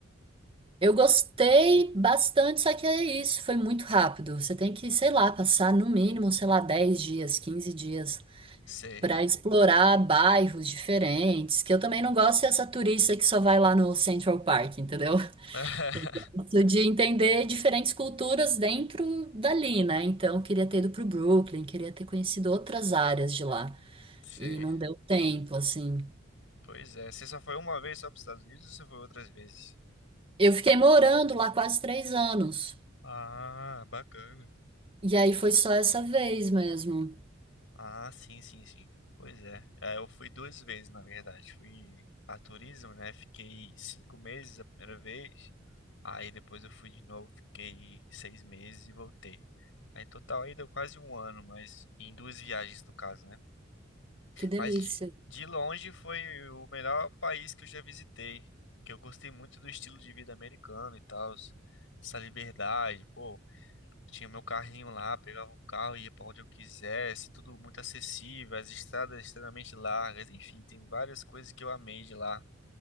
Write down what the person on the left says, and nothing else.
Sei.
<laughs>
Sei.
Pois é, você só foi uma vez só para os Estados Unidos ou você foi outras vezes?
Ah, bacana.
Ah, sim, sim, sim. Pois é. É, eu fui duas vezes, na verdade. Fui a turismo, né? Fiquei cinco meses a primeira vez. Aí depois eu fui de novo, fiquei seis meses e voltei. Aí, em total aí deu quase um ano, mas em duas viagens no caso, né?
Mas de, de longe foi o melhor país que eu já visitei, porque eu gostei muito do estilo de vida americano e tal, essa liberdade, pô. Tinha meu carrinho lá, pegava o carro e ia pra onde eu quisesse, tudo muito acessível, as estradas extremamente largas, enfim, tem várias coisas que eu amei de lá.